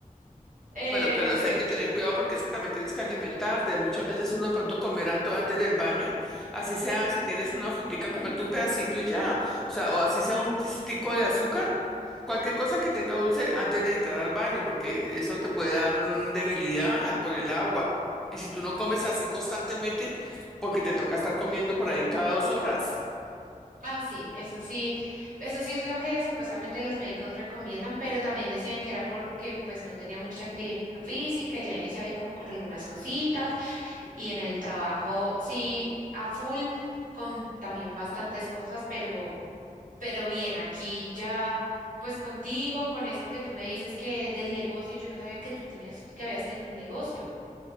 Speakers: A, on the right; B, in the centre.
A: Em,
B: bueno, pero o sea, hay que tener cuidado porque es que también tienes que alimentarte. Muchas veces uno de pronto comer anto- antes del baño, así sea, si tienes una frutica, comerte un pedacito y ya. O sea, o así sea un tistico de azúcar, cualquier cosa que tenga dulce antes de entrar al baño, porque eso te puede dar mm, debilidad por el agua. Y si tú no comes así constantemente, porque te toca estar comiendo por ahí cada dos horas.
A: Ah, sí, eso sí, eso sí es lo que supuestamente los médicos recomiendan, pero también decían que era porque pues no tenía mucha actividad física y ya iniciaba ahí como con algunas cositas y en el trabajo sí a full con también bastantes cosas, pero pero bien, aquí ya pues contigo, con esto que tú me dices que del negocio, yo no sabía que tú tenías que habías tenido un negocio.